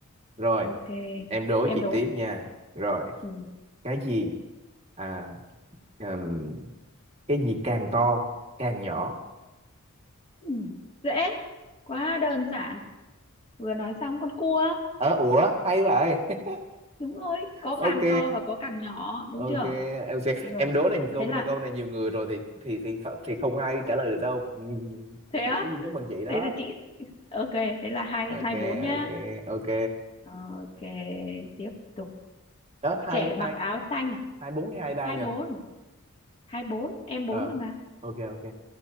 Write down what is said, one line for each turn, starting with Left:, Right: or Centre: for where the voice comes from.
Right: rồi
Left: Ok,
Right: em đố
Left: em
Right: chị
Left: đố.
Right: tiếp nha rồi
Left: Ừ.
Right: cái gì à ừm, cái gì càng to càng nhỏ
Left: Ừ. Dễ. Quá đơn giản. Vừa nói xong con cua.
Right: ờ ủa hay vậy <laughs>
Left: Đúng rồi, có
Right: ok
Left: càng to và có càng nhỏ, đúng
Right: ok
Left: chưa?
Right: ok
Left: Đúng Rồi.
Right: em đố này câu
Left: Thế là
Right: này câu này nhiều người rồi thì thì thì kh- thì không ai trả lời được đâu Ừm,
Left: thế á,
Right: chỉ có duy nhất mình chị đó
Left: thế là chị ok thế là hai
Right: ok
Left: hai bốn nhá
Right: ok ok
Left: Ờ, ok tiếp tục
Right: đó hai
Left: trẻ
Right: hai
Left: mặc áo xanh
Right: hai bốn hay hai ba
Left: hai
Right: nhờ
Left: bốn hai bốn em bốn
Right: ờ
Left: rồi mà
Right: ok ok